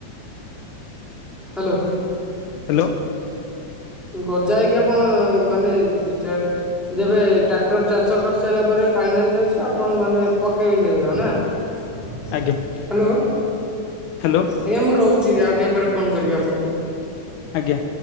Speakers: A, in the centre; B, on the left (about 80°).
A: ହ୍ୟାଲୋ।
B: ହ୍ୟାଲୋ।
A: ଗଜା ହେଇକି ଆପଣ ମାନେ ଚା ଯେବେ ଟ୍ରାକ୍ଟର ଚାଷ କରିସାରିଲା ପରେ ଫାଇନାଲ୍ ଚାଷ ଆପଣ ମାନେ ପକେଇବେ ସେଗୁଡ଼ା ନା। ହ୍ୟାଲୋ
B: ଆଜ୍ଞା ହ୍ୟାଲୋ
A: ଆଜ୍ଞା ମୁଁ ରହୁ ଯି ଆଉ ଟିକେ ପରେ ଫୋନ୍ କରିବି ଆପଣଙ୍କୁ?
B: ଆଜ୍ଞା।